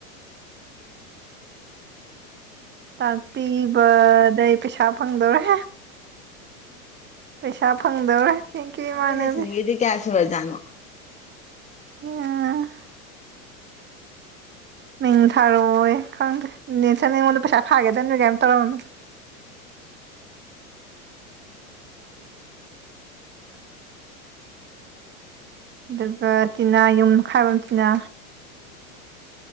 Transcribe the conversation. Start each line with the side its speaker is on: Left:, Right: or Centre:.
Right: ꯇꯥꯛꯄꯤꯕꯗꯩ ꯄꯩꯁꯥ ꯐꯪꯗꯧꯔꯦ ꯍꯦ ꯄꯩꯁꯥ ꯐꯪꯗꯧꯔꯦ ꯊꯦꯡꯀ꯭ꯌꯨ
Left: ꯑꯩꯈꯣꯏ
Right: ꯏꯃꯥꯟꯅꯕꯤ꯫
Left: ꯅꯦꯁꯟꯒꯤꯗꯤ <unintelligible>
Right: <unintelligible> ꯃꯤꯡ ꯊꯥꯔꯣ ꯑꯣꯌꯦ ꯈꯪꯗ꯭ꯔꯦ ꯅꯦꯜꯁꯟ ꯑꯩꯉꯣꯟꯗ ꯄꯩꯁꯥ ꯈꯥꯏꯒꯗꯝꯅꯤ ꯀꯥꯏ ꯇꯧꯔꯝꯃꯤ꯫ ꯑꯗꯨꯒ ꯇꯤꯅꯥ ꯌꯨꯝꯈꯥꯏꯕꯝ ꯇꯤꯅꯥ